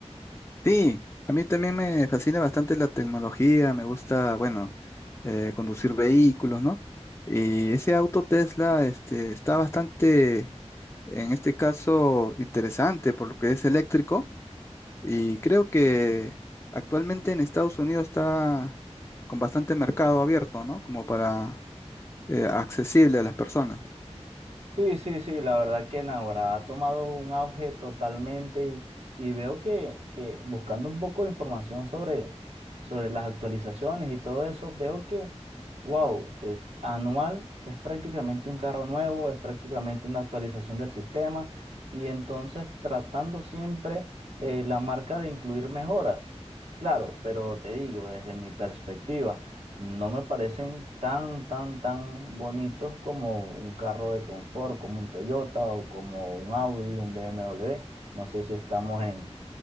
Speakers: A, on the left (about 20°); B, on the right (about 65°).
A: Sí, a mí también me fascina bastante la tecnología, me gusta, bueno, eh, conducir vehículos, ¿no? Y ese auto Tesla, este, está bastante, en este caso, interesante por lo que es eléctrico y creo que actualmente en Estados Unidos está con bastante mercado abierto, ¿no? Como para, eh, accesible a las personas.
B: Sí, sí, sí, la verdad que Navarra ha tomado un auge totalmente y, y veo que, que buscando un poco de información sobre, sobre las actualizaciones y todo eso, veo que, wow, que anual es prácticamente un carro nuevo, es prácticamente una actualización del sistema y entonces tratando siempre eh, la marca de incluir mejoras. Claro, pero te digo, desde mi perspectiva. No me parecen tan, tan, tan bonitos como un carro de confort, como un Toyota o como un Audi, un BMW. No sé si estamos en,